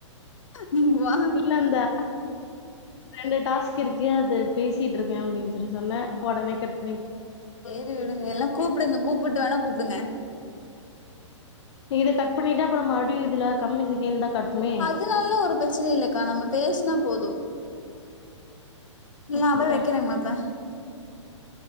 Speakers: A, on the left (about 80°); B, on the left (about 60°).
A: நீங்க வா
B: இல்ல அந்த ரெண்டு டாஸ்க் இருக்கு அத பேசிட்டு இருக்கேன் அப்டின்னு செரி சொன்ன உடனே கட் பண்ணி
A: ரி விடுங்க எல்லா கூப்பிடுங்க கூப்பிட்டு வேணா கூப்பிடுங்க
B: இது கட் பண்ணிட்டா அப்றோ மறுடி இதுல கம்மி செகண்ட் தான் கட்டுமே
A: அதனாலலா ஒரு பிரச்சனை இல்லக்கா நம்ம பேசினா போது
B: அப்படியா
A: நான் போய் வெக்கிறேன்ங்மா இப்ப